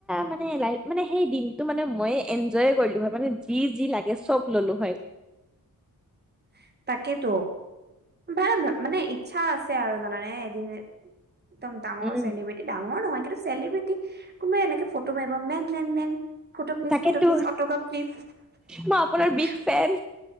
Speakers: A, in the centre; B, on the right.
A: মানে মানে সেই দিনটো মানে মই এনজয় কৰিলো হয় মানে যি যি লাগে চব ললো। দুুবাই <unintelligible>
B: <unintelligible> তাকেইতো ভাই মানে ইচ্ছা আছে আৰু জানানে এদিন একদম ডাঙৰ
A: উম
B: চেলিব্ৰেটি ডাঙৰ নহয় কিন্তু চেলিব্ৰেটি। কোনোবা এনেকে ফটো মাৰিব ma'am ma'am ma'am photo please
A: তাকেতো
B: photo প্লিজ অটোগ্ৰাফ প্লিজ।
A: মই আপোনাৰ বিগ ফেন